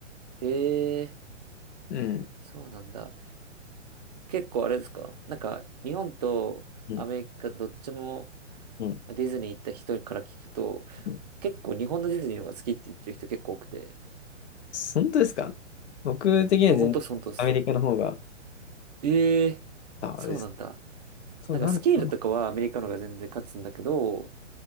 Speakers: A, on the right; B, on the left.
A: へえ、
B: うん。
A: そうなんだ。結構あれですかなんか、日本とアメリカどっちも
B: うん。うん。
A: ディズニー行った人から聞くと、
B: うん
A: 結構日本のディズニーの方が好きって言ってる人結構多くて。
B: 本当ですか僕的には全然アメリカの方が、
A: ほんとっす、ほんとっす。ええ、
B: あです。
A: そうなんだ。
B: そう、
A: なんかスケールとかはアメリカの方が全然勝つんだけど、
B: なん、なん